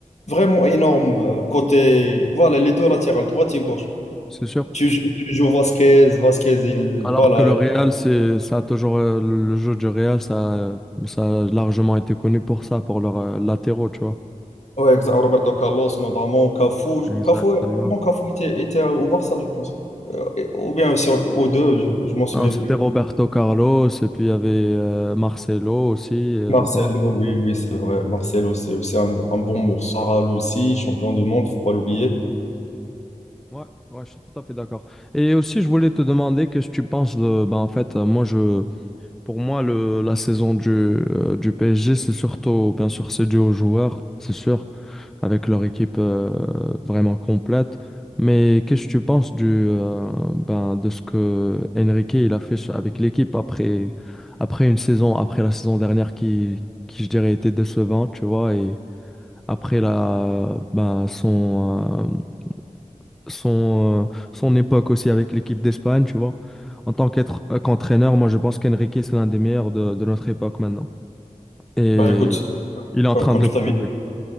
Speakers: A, on the left; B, in the centre.
A: vraiment énorme euh, côté, voilà, les deux latérales, droite et gauche.
B: C'est sûr.
A: Tu, jou- tu joues Vasquez, Vasquez, il,
B: Alors
A: voilà.
B: que le Real, c'est, ça a toujours, euh, le jeu du Real, ça, euh, ça a largement été connu pour ça, pour leurs euh, latéraux, tu vois.
A: Ouais, exact, Roberto Carlos, notamment Cafu.
B: Exactement.
A: Cafu, au moins Cafu était, était au Barça, je pense. Euh, et- ou bien sur, aux deux, je, je m'en souviens
B: Non, c'était
A: plus.
B: Roberto Carlos, et puis il y avait euh, Marcelo aussi, euh,
A: Marcelo,
B: je pense.
A: oui, oui, c'est vrai. Marcelo, c'est aussi un, un bon morceau. Parral aussi, champion du monde, faut pas l'oublier.
B: Ouais, ouais, je suis tout à fait d'accord. Et aussi, je voulais te demander qu'est-ce que tu penses de, ben, en fait, euh, moi, je, Pour moi, le, la saison du, euh, du PSG, c'est surtout, bien sûr, c'est dû aux joueurs, c'est sûr, avec leur équipe euh, vraiment complète. Mais qu'est-ce que tu penses du, euh, ben, de ce que Enrique il a fait sur- avec l'équipe après, après une saison, après la saison dernière qui, qui je dirais, était décevante, tu vois, et après la, ben, son, euh, son, euh, son époque aussi avec l'équipe d'Espagne, tu vois. En tant qu'être, euh, qu'entraîneur, moi je pense qu'Enrique, c'est l'un des meilleurs de, de notre époque maintenant. Et
A: Bah écoute,
B: il est en
A: euh,
B: train
A: comme
B: de le
A: je
B: prouver.
A: t'avais,